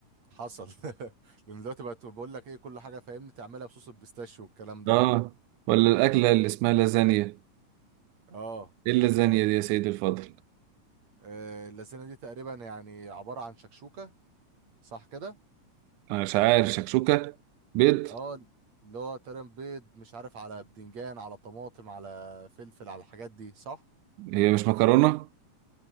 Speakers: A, on the right; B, on the right.
A: حصل <laughs> لان دلوقتي بقت بقول لك ايه كل حاجه فاهمني تعملها بصوص البيستاشيو والكلام ده
B: اه ولا الاكله
A: مم.
B: اللي اسمها لازانيا
A: اه
B: ايه اللازانيا دي يا سيدي الفاضل
A: آه، اللازانيا دي تقريبا يعني عباره عن شكشوكه صح كده
B: انا مش عارف شكشوكة بيض
A: اه اللي هو تقريبا بيض مش عارف على بدنجان على طماطم على فلفل على الحاجات دي صح
B: هي مش مكرونة